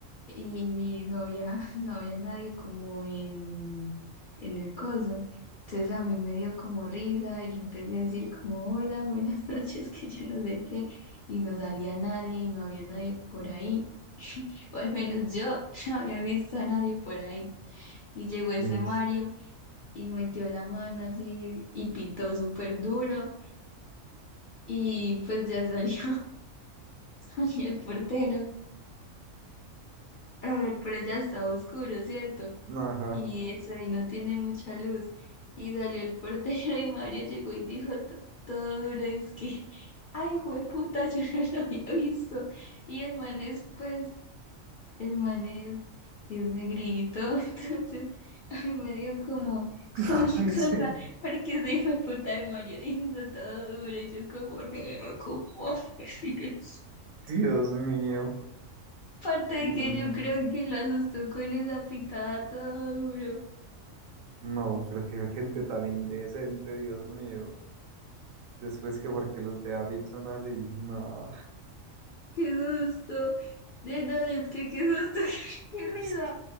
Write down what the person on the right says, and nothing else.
Dios.
Ajá.
<laughs>
Ay,
Sí.
Dios mío.
No,
no, pero qué gente tan indecente, Dios mío. Después que porque los de Afit son así. No.
<laughs>
Es que